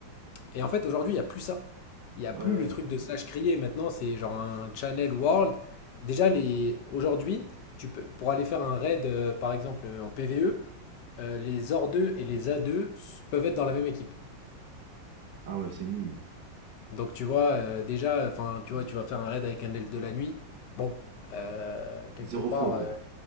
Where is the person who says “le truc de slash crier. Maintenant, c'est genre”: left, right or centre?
Left